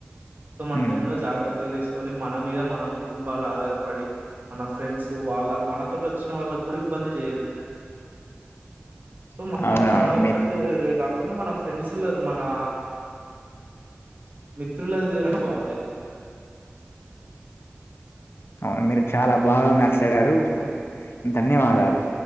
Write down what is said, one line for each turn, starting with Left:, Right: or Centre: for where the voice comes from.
Right: సొ మనమెన్నో
Left: హ్మ్.
Right: జాగ్రత్తల్ దీస్ కొని మన మీద మన కుటుంబాలాధారపడి మన ఫ్రెండ్స్ వాళ్ళ మనతోటొచ్చిన వాళ్ళకి గూడిబ్బ ఇబ్బంది జేయద్దు. సొ మన
Left: అవునవును.
Right: మన ఒక్కట్లేదే
Left: మీరు
Right: గాకుండ మన ఫ్రెండ్స్లు మనా మిత్రులది <unintelligible> అనుకోవాలి
Left: ఔను మీరు చాలా బాగా మ్యాట్లాడారూ ధన్యవాదాలు.